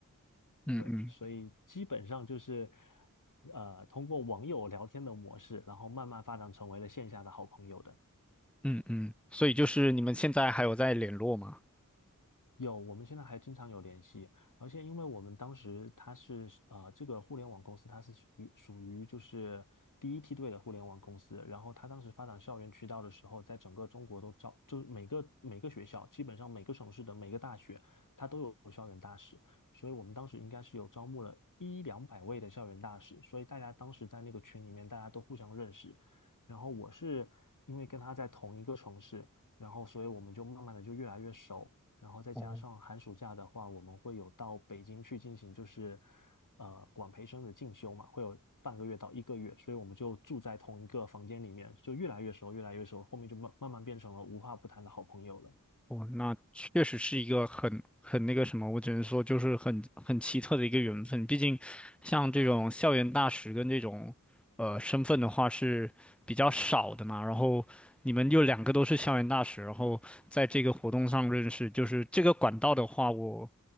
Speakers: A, in the centre; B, on the left (about 70°).
A: 嗯嗯
B: 对，所以基本上就是呃通过网友聊天的模式，然后慢慢发展成为了线下的好朋友的。
A: 嗯嗯，所以就是你们现在还有在联络吗？
B: 有，我们现在还经常有联系，而且因为我们当时他是呃，这个互联网公司它是属于属于就是第一梯队的互联网公司，然后他当时发展校园渠道的时候，在整个中国都招，就是每个每个学校，基本上每个省市的每个大学，他都有校园大使，所以我们当时应该是有招募了一两百位的校园大使，所以大家当时在那个群里面，大家都互相认识，然后我是因为跟他在同一个城市，然后所以我们就慢慢的就越来越熟。然后再加上寒暑假的话，
A: 哦
B: 我们会有到北京去进行就是呃管培生的进修嘛，会有半个月到一个月，所以我们就住在同一个房间里面，就越来越熟，越来越熟，后面就慢慢慢变成了无话不谈的好朋友了。
A: 哦，那确实是一个很很那个什么，我只能说就是很很奇特的一个缘分。毕竟，像这种校园大使跟这种呃身份的话是比较少的嘛。然后你们又两个都是校园大使，然后在这个活动上认识，就是这个管道的话，我